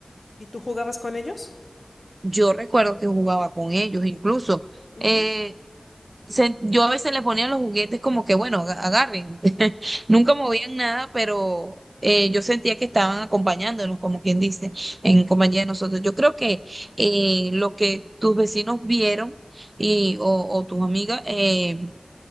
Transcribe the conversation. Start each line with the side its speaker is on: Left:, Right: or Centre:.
Left: ¿Y tú jugabas con ellos?
Right: Yo recuerdo que jugaba con ellos, incluso.
Left: Ujú.
Right: eh, se- yo a veces les ponía los juguetes como que, bueno, aga- agarren. <laughs> Nunca movían nada, pero eh, yo sentía que estaban acompañándonos, como quien dice, en compañía de nosotros. Yo creo que eh, lo que tus vecinos vieron y, o, o tus amigas eh,